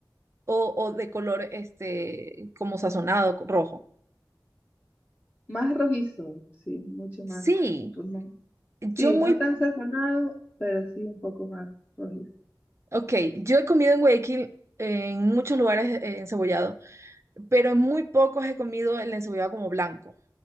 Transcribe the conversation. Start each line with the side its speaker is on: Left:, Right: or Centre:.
Right: o, o de color este, como sazonado, co- rojo.
Left: Más rojizo, sí, mucho
Right: Sí,
Left: más. No,
Right: yo
Left: sí,
Right: muy,
Left: no tan sazonado, pero sí un poco más rojizo.
Right: ok, yo he comido en Guayaquil eh, en muchos lugares eh, encebollado, pero en muy pocos he comido el encebollado como blanco.